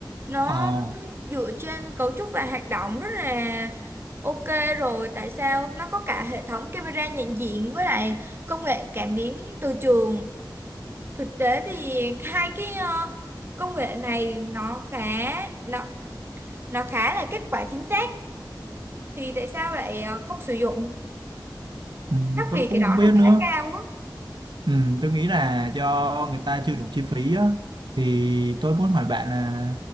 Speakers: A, on the right; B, on the right.
A: nó
B: ờ
A: dựa trên cấu trúc và hoạt động rất là ok rồi tại sao nó có cả hệ thống camera nhận diện với lại công nghệ cảm biến từ trường thực tế thì hai cái ờ, công nghệ này nó khá nó, nó khá là kết quả chính xác thì tại sao lại ờ, không sử dụng
B: ừ,
A: chắc
B: tôi
A: vì
B: cũng
A: cái đó
B: không biết
A: là
B: nữa
A: khá cao á
B: Ừ, tôi nghĩ là do người ta chưa đủ chi phí á thì tôi muốn hỏi bạn là